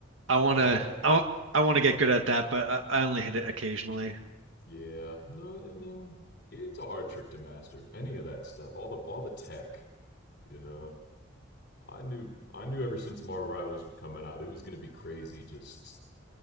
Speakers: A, on the right; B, on the left.
A: I wanna
B: I
A: I I wanna get good at that, but I, I only hit it occasionally.
B: yeah. No, I mean it's a hard trick to master. Any of that stuff, all the all the tech, you know. I knew I knew ever since Marvel Rivals was coming out, it was going to be crazy just